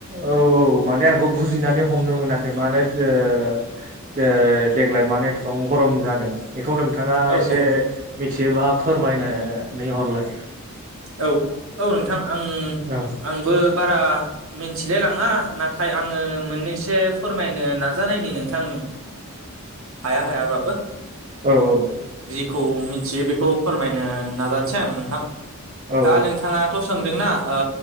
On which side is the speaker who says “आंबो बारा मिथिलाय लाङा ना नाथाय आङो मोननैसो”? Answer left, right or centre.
Right